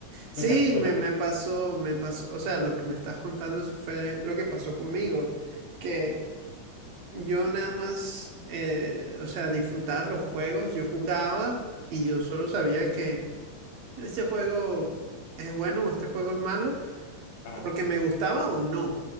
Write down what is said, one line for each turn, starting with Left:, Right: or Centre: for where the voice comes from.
Right: Sí,
Left: Cuéntame, cuéntame.
Right: me, me pasó, me pasó. O sea, lo que me estás contando, eso fue lo que pasó conmigo. Que yo nada más, eh, o sea, disfrutaba los juegos, yo jugaba y yo solo sabía que este juego es bueno o este juego es malo.
Left: Ajá,
Right: porque me gustaba o no,